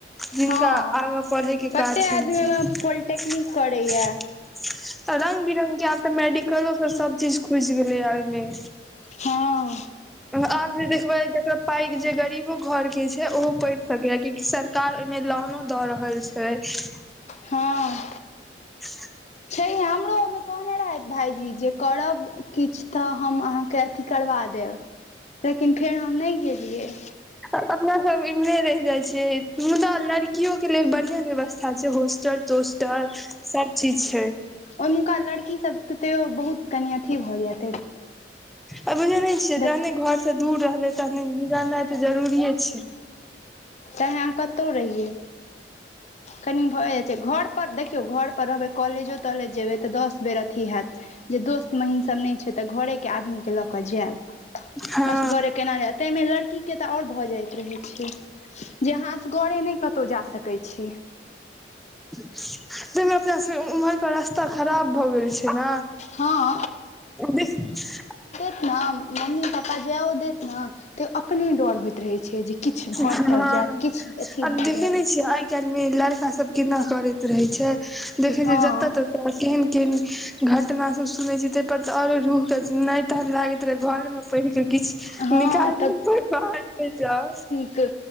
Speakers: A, in the centre; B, on the left (about 40°).
A: जिनका
B: हँ
A: आगाँ पढ़यके
B: कते
A: काज छनि
B: आदमी ओहिमे
A: से
B: पोलिटेक्निक करैया
A: रंग बिरंग के आब तऽ मेडिकलो सभ चीज खुजि गेलैया ओईमे
B: हँ
A: आब जे देखबै जकर पाई के जे गरीबो घर के छै ओहो पड़ि सकैया कियाकि सर कार ओईमे लोनो दऽ रहल छै
B: हँ
A: ह <inaudible>
B: छै आ हमरो ओईमे कहने रहथि भाईजी जे करब किछ तऽ हम अहाँके अथि करबा देब लेकिन फेर हम नय गेलियै
A: अपना सब इम्हरे रहि जाय छियै मुदा लड़कियो के लेल बढ़िया व्यवस्था छै होस्टल होस्टल सब चीज छै
B: औनुका लड़की सब के तेयो बहुत कनि अथि भए जायत
A: आ बुझेने नय छियै
B: देख
A: जहने घर से दूर रहले तनी बिगर नाइ तऽ जरूरिये छै
B: तें हम कतौ रहियै कनी भए जाइ छै घर पर देखियौ घर पर रहबै कॉलेजो तॉलेज जेबै तऽ दस बेर अथी हेऽत जे दोस्त महीम सभ नय छै तऽ घरेके आदमी के लऽ कऽ जेऽब
A: हँ
B: असगरे केना हेऽत तै मे लड़ की के तऽ आओर भऽ जाइत रहै छै जे अहाँ असगरे नय कतौ जा सकै छी
A: तैयमे अपना सब उमहर पर रसता खराब भऽ गेल छै न
B: हँ
A: बीस
B: न मम्मी पापा जायो देत न तयोऽ अपने डर होइत रहै छै जे किछु भऽ
A: हँ
B: तऽ जायत किछु अथी
A: आ
B: भऽ
A: देखै
B: जायत
A: नै छीयाय आय आ काल मे लड़का सब केना करैत रहै छै देखै
B: हँ
A: छै जत त केहन केहन घटना सब सुनै छीयै तै पर औरो रूह के नै तहन लागैत रहै या घर मे प त किछु
B: हँ
A: निकाली पर बाहर नै जाउ
B: ऽ